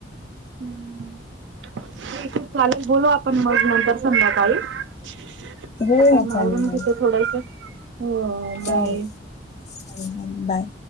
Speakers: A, on the right; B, on the left.
A: ठीक आहे, चालेल, बोलू आपण मग नंतर संध्याकाळी आता
B: हो
A: काम
B: हो चालेल
A: आवरून
B: चालेल
A: घेते थोडस हो बाय
B: हो, चालेल. चालेल. बाय.